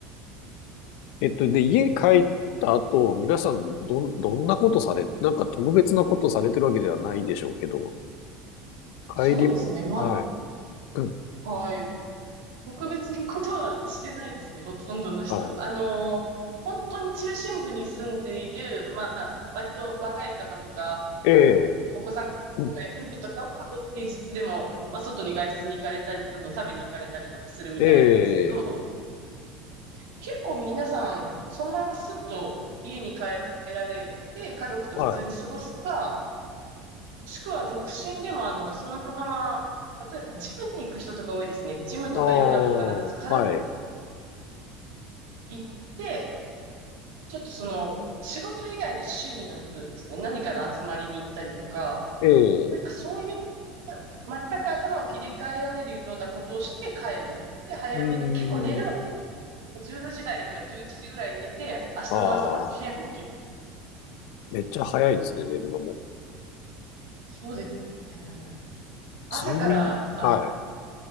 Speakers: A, on the left (about 70°); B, on the right (about 80°).
A: えっと、で、家に帰った後、皆さん、どん、どんなことされ、なんか特別なことされてるわけではないでしょうけど、帰り、
B: そうですね。ま、
A: はい。うん。
B: はい。特別なことはしてないですね、ほとんどの人。
A: は
B: あのー本当に中心部に住んでいる、まあ、割と若い方とか、
A: い。ええ、
B: あの、お子さんがいない夫婦とかは平日でも、
A: うん。
B: まあ、外に外出に行かれたり、あの、食べに行かれたりとかするみたいなんですけど、
A: ええ、
B: 結構皆さん、そのまますっと家に帰られて、家族と普通に過ごすか、
A: はい。
B: もしくは独身でも、あの、そのまま、例えば、ジムに行く人とか多いですね。ジムとかヨガとか、
A: ああ、
B: なんか体
A: はい。
B: 行って、ちょっとその、仕事以外の趣味の部分ですね。何かの集まりに行ったりとか、
A: え
B: なんかそういう、
A: え、
B: ま全く頭を切り替えられるようなことをして帰る。で、早めに、
A: うーん。
B: 結構寝るのも10時台とか11時ぐらいに寝て、明日の朝早く起きる。
A: ああ、めっちゃ早いですね、寝るのも。
B: そうですね。朝から、
A: 睡眠、
B: あ、
A: はい。